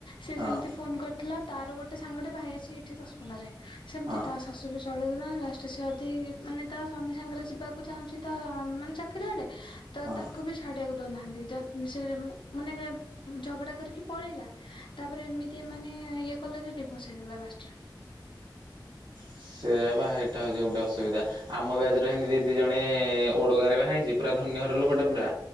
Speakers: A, on the left; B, on the right.
A: ସେ
B: ହଁ
A: ସେମିତି ଫୋନ କରିଥିଲା ତାର ଗୋଟେ ସାଙ୍ଗଟେ ବାହା ହେଇଛି ଏଇଠି ଦଶପଲ୍ଲା ରେ ସେମିତି
B: ହଁ
A: ତା ସ ଶାସୁ ବି ଚଳେଇ ଦେଲାଣି ଲାଷ୍ଟରେ ସେ ଅଦି ମାନେ ତା ସ୍ୱାମୀ ସାଙ୍ଗେରେ ଯିବାକୁ ଚାହୁଁଚି ତା ତା ମାନେ ଚାକିରି ଆଡେ ତ
B: ହଁ।
A: ତାକୁ ବି ଛାଡିଆକୁ ଦଉନାହାନ୍ତି ଯଦି ସେ ମାନେ ଏ ଝଗଡା କରିକି ପଳେଇଲା ତାପରେ ଏମିତି ଏମାନେ ଇଏ କଲେ ଯେ ଡିଭୋର୍ସ ହେଇଗଲା ଲାଷ୍ଟରେ।
B: ସେଆ ବା ଏଟା ହଉଛି ଗୋଟେ ଅସୁବିଧା ଆମ ବ୍ୟାଚ ରେ ଏମିତି ଦିଦି ଜଣେ ଓଡ ଗାଁରେ ବା ହେଇଚି। ପୁରା ଧନୀଘର
A: ହୁଁ
B: ଲୋକଟା
A: ହୁଁ
B: ପୁରା